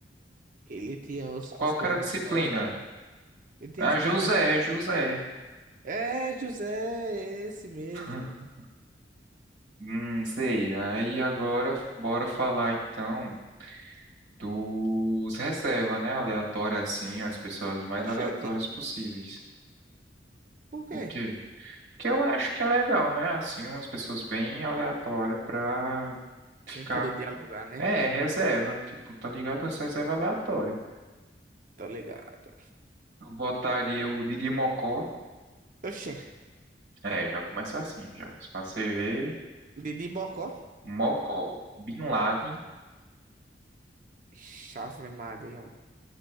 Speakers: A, on the right; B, on the right.
A: Ele tinha os-
B: Qual
A: as pernas
B: que era a disciplina?
A: tortas. Ele tinha
B: Ah,
A: as pernas
B: José,
A: tortas.
B: José.
A: É, José, é esse mesmo.
B: <laughs> Hum, sei. Aí agora bora falar então dos reserva, né? Aleatória assim, as pessoas mais
A: Oxente,
B: aleatórias possíveis.
A: por quê?
B: O quê? Que eu acho que é legal, né? Assim, umas pessoas bem aleatórias pra ficar.
A: A gente poder
B: com-
A: dialogar, né?
B: É, reserva. Tipo, tá ligado? As reserva aleatória.
A: Tô ligado.
B: Eu botaria o Didi Mocó.
A: Oxê,
B: É, já começa assim, já. Pra você ver.
A: Didi Bocó.
B: Mocó, Bin Laden.
A: Ixi, Ave Maria.